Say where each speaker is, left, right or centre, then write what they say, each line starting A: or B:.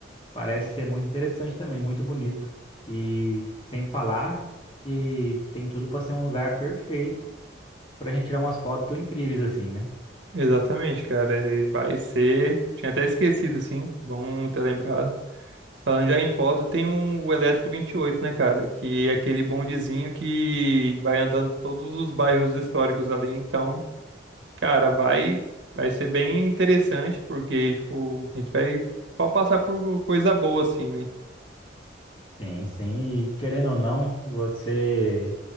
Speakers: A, on the left (about 25°); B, on the right (about 65°).
A: Parece ser muito interessante também, muito bonito. E sem falar que tem tudo para ser um lugar perfeito para a gente tirar umas fotos incríveis assim, né?
B: Exatamente, cara. E vai ser. Tinha até esquecido, assim. Bom ter lembrado. Falando já em foto, tem um, o Elétrico vinte e oito né, cara? Que é aquele bondezinho que vai andando todos os bairros históricos ali. Então, cara, vai, vai ser bem interessante, porque, tipo, a gente vai só passar por coisa boa, assim, né?
A: Sim, sim. E querendo ou não, você